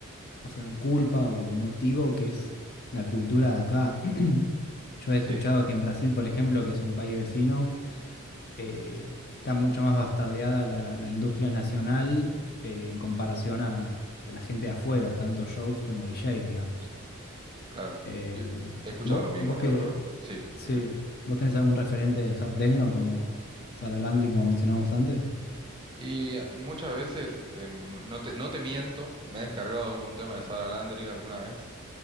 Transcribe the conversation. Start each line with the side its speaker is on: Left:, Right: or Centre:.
Left: o sea, culpa o motivo que es la cultura de acá. <clears throat> Yo he escuchado
Right: Sí,
Left: que en Brasil, por ejemplo, que es un país vecino, eh, está mucho más bastardeada la, la industria nacional eh, en comparación a, a la gente de afuera, tanto shows como DJs, digamos.
Right: claro.
Left: Em,
Right: Yo he escuchado
Left: vos,
Right: lo mismo
Left: vos
Right: ya,
Left: que,
Right: la verdad. Sí,
Left: sí,
Right: dime.
Left: vos tenés algún referente del hard techno como Sara Landry, como mencionábamos antes.
Right: Y muchas veces, em, no te, no te miento, me he descargado algún tema de Sara Landry alguna vez